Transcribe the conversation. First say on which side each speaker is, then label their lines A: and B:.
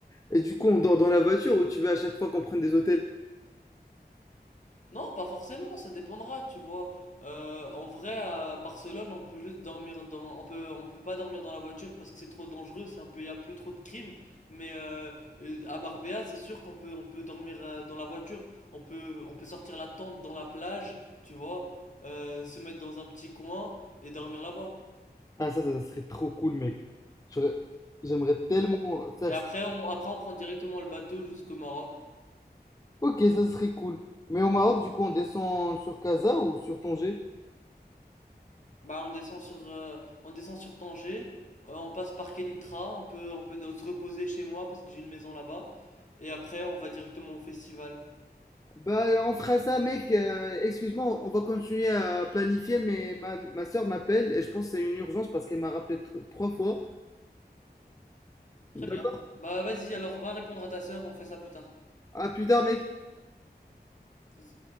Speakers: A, on the left; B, on the left.
A: Et du coup, on dort dans la voiture ou tu veux à chaque fois qu'on prenne des hôtels?
B: Non, pas forcément, ça dépendra, tu vois. Euh, en vrai, à Barcelone, on peut juste dormir dans, on peut, on peut pas dormir dans la voiture parce que c'est trop dangereux, c'est un peu, il y a un peu trop de crimes. Mais euh, euh, à Marbella, c'est sûr qu'on peut, on peut dormir euh, dans la voiture, on peut, on peut sortir la tente dans la plage, tu vois, euh, se mettre dans un petit coin et dormir là-bas.
A: Ah, ça, ça serait trop cool, mec. J'aurais- J'aimerais tellement faire
B: Et après, on, après, on prend directement le bateau jusqu'au Maroc.
A: Ok, ça serait cool. Mais au Maroc, du coup, on descend sur Casa ou sur Tanger?
B: Bah, on descend sur, euh, on descend sur Tanger, euh, on passe par Kenitra, on peut, on peut se reposer chez moi parce que j'ai une maison là-bas, et après on va directement au festival.
A: Bah, on fera ça, mec. Euh, excuse-moi, on va continuer à planifier, mais ma, ma soeur m'appelle et je pense que c'est une urgence parce qu'elle m'a rappelé tr- trois fois.
B: Très
A: D'accord?
B: bien. Bah vas-y, alors va répondre à ta sœur, on fait ça plus tard.
A: À plus tard, mec.
B: Yes.